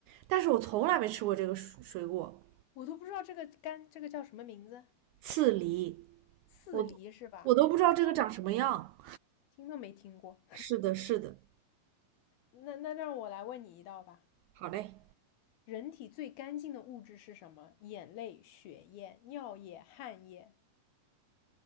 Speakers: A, on the right; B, on the left.
A: 但是我从来没吃过这个水水果，
B: 我都不知道这个干这个叫什么名字，
A: 刺梨，
B: 刺梨是吧？
A: 我我都不知道这个长什么样。
B: 听都听都没听过。
A: 是的，是的，
B: 那那让我来问你一道吧。
A: 好嘞。
B: 人体最干净的物质是什么？眼泪、血液、尿液、汗液。